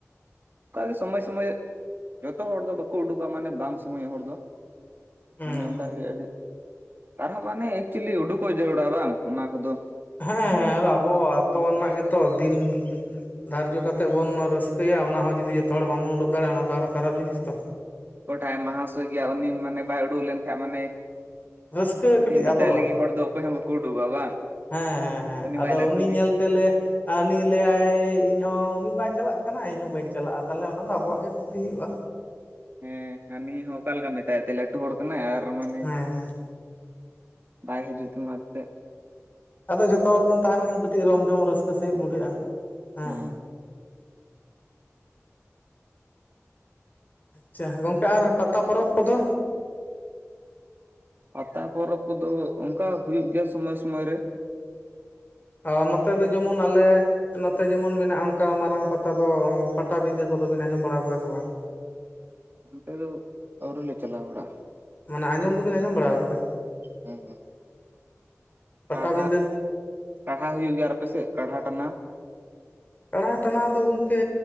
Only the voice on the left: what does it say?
ᱦᱩᱸ
ᱦᱮᱸ ᱟᱵᱚ ᱟᱹᱛᱩ ᱨᱮᱱᱟᱜ ᱜᱮᱛᱚ ᱫᱤᱱ ᱫᱷᱟᱨᱡᱚ ᱠᱟᱛᱮᱫ ᱵᱚᱱ ᱨᱟᱹᱥᱠᱟᱹᱭᱟ ᱚᱱᱟ ᱦᱚᱸ ᱡᱩᱫᱤ ᱡᱚᱛᱚ ᱦᱚᱲ ᱵᱟᱵᱚᱱ ᱩᱰᱳᱠ ᱫᱟᱲᱮᱭᱟᱜᱼᱟ ᱚᱱᱟ ᱫᱚ ᱟᱨᱦᱚᱸ ᱠᱷᱟᱨᱟᱯ ᱡᱤᱱᱤᱥ ᱛᱚ
ᱨᱟᱹᱥᱠᱟᱹ
ᱠᱟᱹᱴᱤᱡ
ᱟᱫᱚᱜᱼᱟ
ᱦᱮᱸ ᱦᱮᱸ ᱦᱮᱸ
ᱟᱫᱚ
ᱧᱮᱞ ᱛᱮᱞᱮ ᱟᱱᱤ ᱞᱟᱹᱭᱟᱭ ᱤᱧᱦᱚᱸ ᱩᱱᱤ ᱵᱟᱭ ᱪᱟᱞᱟᱜ ᱠᱟᱱᱟ ᱤᱧ ᱦᱚᱸ ᱵᱟᱹᱧ ᱪᱟᱞᱟᱜᱼᱟ ᱛᱟᱦᱚᱞᱮ ᱚᱱᱟ ᱫᱚ ᱟᱵᱚᱣᱟᱜ ᱜᱮ ᱠᱷᱚᱛᱤ ᱦᱩᱭᱩᱜᱼᱟ
ᱦᱮᱸ ᱦᱮᱸ
ᱟᱫᱚ ᱡᱷᱚᱛᱚ ᱦᱚᱲ ᱵᱚᱱ ᱛᱟᱦᱮᱸ ᱞᱮᱱᱠᱷᱟᱱ ᱠᱟᱹᱴᱤᱡ ᱨᱚᱢ ᱡᱷᱚᱢ ᱨᱟᱹᱥᱠᱟᱹ ᱥᱟᱹᱦᱤᱡ ᱵᱩᱰᱟᱹᱜᱼᱟ ᱦᱮᱸ
ᱪᱷᱟ ᱜᱚᱝᱠᱮ ᱟᱨ ᱯᱟᱛᱟ ᱯᱚᱨᱚᱵᱽ ᱠᱚᱫᱚ
ᱟ ᱱᱚᱛᱮ ᱫᱚ ᱡᱮᱢᱚᱱ ᱟᱞᱮ ᱱᱚᱛᱮ ᱡᱮᱢᱚᱱ ᱢᱮᱱᱟᱜᱼᱟ ᱚᱱᱠᱟ ᱢᱟᱨᱟᱝ ᱯᱟᱛᱟ ᱫᱚ ᱯᱟᱛᱟᱵᱤᱸᱫᱟᱹ ᱠᱚᱫᱚ ᱵᱤᱱ ᱟᱸᱡᱚᱢ ᱵᱟᱲᱟ ᱠᱟᱫᱟ ᱥᱮ ᱵᱟᱝ
ᱢᱟᱱᱮ ᱟᱸᱡᱚᱢ ᱫᱚᱵᱤᱱ ᱟᱸᱡᱚᱢ ᱵᱟᱲᱟ ᱟᱠᱟᱫᱟ
ᱯᱟᱴᱟᱵᱤᱸᱫᱟᱹ
ᱠᱟᱲᱦᱟ ᱴᱟᱱᱟᱣ ᱫᱚ ᱜᱚᱝᱠᱮ